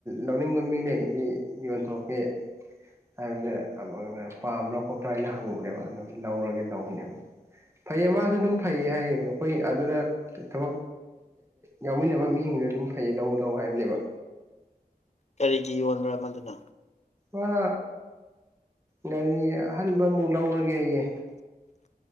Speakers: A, on the right; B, on the left.
A: ꯂꯧꯅꯤꯡꯕ ꯃꯤ ꯂꯩꯔꯗꯤ ꯌꯣꯟꯊꯣꯛꯀꯦ ꯍꯥꯏꯕꯗ ꯄꯥꯝꯕ꯭ꯔꯥ ꯈꯣꯠꯄ꯭ꯔꯥ ꯍꯥꯏꯅ ꯍꯪꯉꯨꯕꯅꯦꯕ ꯑꯗꯨ ꯂꯧꯔꯒꯦ ꯂꯧꯕꯅꯦꯕ ꯐꯩꯌꯦ ꯃꯥꯁꯨ ꯑꯗꯨꯝ ꯐꯩꯌꯦ ꯍꯥꯏꯌꯦ ꯑꯩꯈꯣꯏ ꯑꯗꯨꯗ ꯊꯕꯛ ꯌꯥꯎꯃꯤꯟꯅꯕ ꯃꯤꯁꯤꯡꯗꯨ ꯑꯗꯨꯝ ꯐꯩꯌꯦ ꯂꯧꯑꯣ ꯂꯧꯑꯣꯅ ꯍꯥꯏꯕꯅꯦꯕ
B: ꯀꯔꯤꯒꯤ ꯌꯣꯟꯕ꯭ꯔ ꯃꯗꯨꯅꯥ
A: ꯃꯥ ꯒꯥꯔꯤ ꯑꯍꯟꯕ ꯑꯃꯨꯛ ꯂꯧꯔꯒꯦꯌꯦ